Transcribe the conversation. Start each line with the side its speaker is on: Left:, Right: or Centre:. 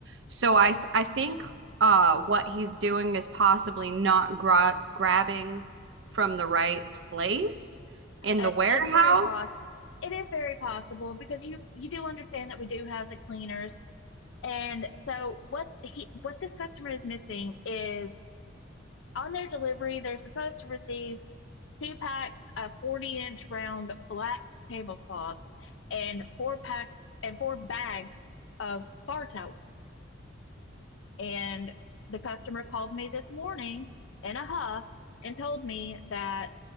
Right: So I th- I think uh what he's doing is possibly not gra- grabbing from the right place in
Left: it,
Right: the warehouse
Left: it's very poss. It is very possible because you you do understand that we do have the cleaners, and so what he what this customer is missing is on their delivery they're supposed to receive two packs of forty inch round black tablecloths and four packs and four bags of bar towels. And the customer called me this morning in a huff and told me that